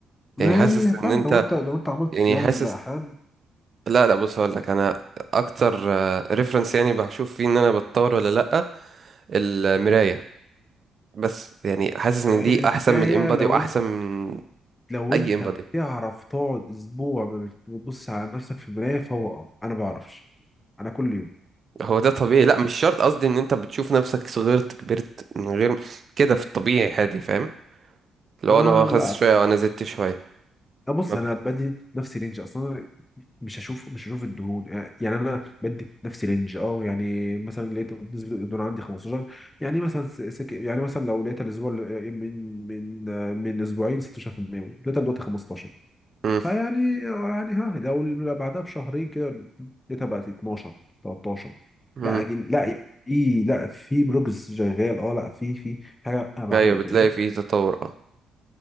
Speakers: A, on the left; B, on the right.
A: لا،
B: يعني حاسس
A: يعني فاهم
B: إن أنت
A: لو انت لو انت عملت
B: يعني
A: صيام
B: حاسس
A: لأحيان
B: لا لا بص هقول لك أنا أكتر ريفرنس يعني بشوف فيه إن أنا بتطور ولا لأ المراية بس يعني حاسس إن
A: الباية
B: دي أحسن من الإمبادي
A: لو
B: وأحسن
A: انت
B: من
A: لو
B: أي
A: انت
B: إمبادي
A: بتعرف تقعد اسبوع ما بت- بتبص على نفسك في المراية فهو اه انا بعرفش انا كل يوم
B: هو ده طبيعي لا مش شرط قصدي إن أنت بتشوف نفسك صغرت كبرت من غير كده في الطبيعي عادي فاهم لو
A: انا
B: أنا خس
A: لا
B: شوية وأنا زدت شوية
A: بص
B: ما
A: انا
B: بح...
A: بدي نفسي رينج اصلا مش هشوف مش هشوف الدهون آه، يعني انا بدي نفس رينج اه يعني مثلا لقيت نسبه الدهون عندي 15 يعني مثلا س- سك... يعني مثلا لو لقيت الاسبوع ال- آه، من من آه، من اسبوعين 16% لقيتها دلوقتي 15
B: مم.
A: فيعني آه، يعني ها لو لو بعدها بشهرين كده لقيتها بقت 12 13
B: مم.
A: لا أجل لا في لا في بروجرس شغال اه لا في في حاجه انا بعملها
B: أيوه بتلاقي
A: فاهمني
B: فيه تطور أه